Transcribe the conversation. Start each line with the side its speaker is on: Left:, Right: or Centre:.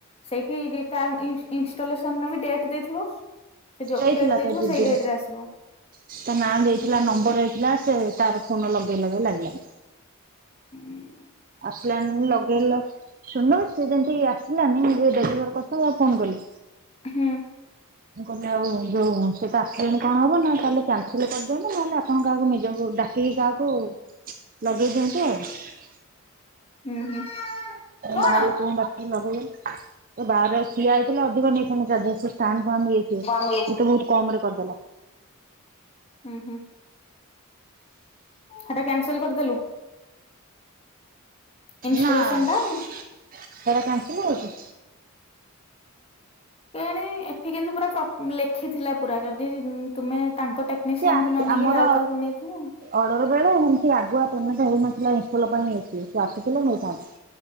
Left: ସେଇଠି <unintelligible> ଇନ୍- ଇନଷ୍ଟଲସନ ବି ଡଟ୍ ଦେଇଥିବ ସେ ଯଉ
Right: ଦେଇଥିଲା
Left: ଡେଟ୍ ଦେଇଥିବ
Right: ତ ଦିଦିକି
Left: ସେଇ ଡେଟ୍ ରେ ଆସିବ।
Right: ତା ନାଁ ଦେଇଥିଲା ନମ୍ବର ଦେଇଥିଲା ସେ ତାର ଫୋନ ଲଗେଇଲା ଯେ ଲାଗିଲାନି।
Left: ହୁଁ
Right: ଆସିଲାନି ଲଗେଇଲା ଶୁଣ ସିଏ ଯେମତି ଆସିଲାନି ମୁଁ ଡେଲିଭର କଷ୍ଟମର୍ କୁ ଫୋନ କଲିି।
Left: ହୁଁ।
Right: ମୁଁ କହିଲି ଆଉ ଯଉ ସେତ ଆସିଲେଣି କଣ ହବ ନା ତାହେଲେ କ୍ୟାନସଲେ କରିଦିଅନ୍ତୁ ନହେଲେ ଆପଣ କାହାକୁ ନିଜକୁ ଡା ଚି ଯାହାକୁ ଲଗେଇ ଦିଅନ୍ତୁ ଆଉ।
Left: ଉଁ- ହୁଁ। କଣ?
Right: ବାହାର ଲୋକଙ୍କୁ ଡାକି ଲଗେଇ ବାହାରେ ସିଏ ଆଇଥିଲେ ଅଧିକ ନେଇଥାନ୍ତା ଚାର୍ଜେସ୍ ଫ୍ୟାନ୍ -ଫ୍ୟାନ୍ <unintelligible> ଇଏ
Left: ହୁଁ ହୁଁ
Right: ତ ବହୁତ୍ କମ୍ ରେ କରିଦେଲା।
Left: ହୁଁ- ହୁଁ ହେଟା କ୍ୟାନ୍ସଲ୍ କରିଦେଲୁ? ଇନଷ୍ଟଲେସନ
Right: ନା
Left: ଟା
Right: ସେଟା କ୍ୟାନ୍ସେଲେ ହଉଚି।
Left: କେଜାଣି ଏଠି କିନ୍ତୁ ପୁରା ପ୍ର-ଲେଖିଥିଲା ପୁରା ଯଦି ତୁମେ ତାଙ୍କ ଟେ ଟେକ୍ନିସିଆନ୍
Right: ସେ ଆସି
Left: କୁ ନ ନେଇକିରି
Right: ଆମର
Left: ଆଉ କାହାକୁ ନେଇଥିବ।
Right: ଅର୍ଡର ବେଳେ ଏମିତି ଆଗୁଆ ପେମେଣ୍ଟ୍ ହେଇନଥିଲା ଇନ୍ଷ୍ଟଲ ପାଇଁ ସେ <unintelligible> ଆସିଥିଲେ ନେଇଥାନ୍ତେ।